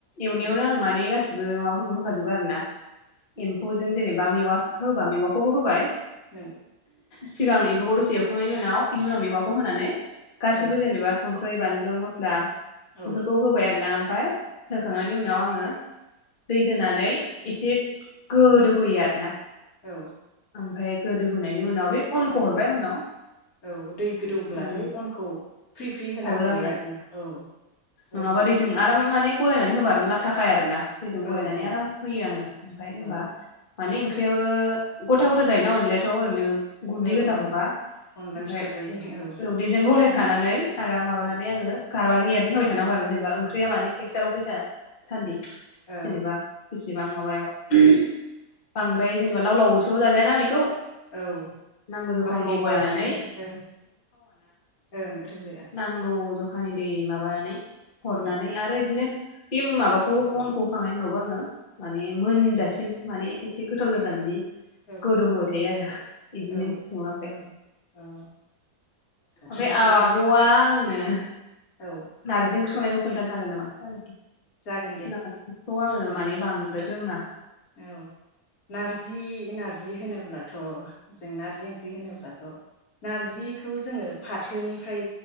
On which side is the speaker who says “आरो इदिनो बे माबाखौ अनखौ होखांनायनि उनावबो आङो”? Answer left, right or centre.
Left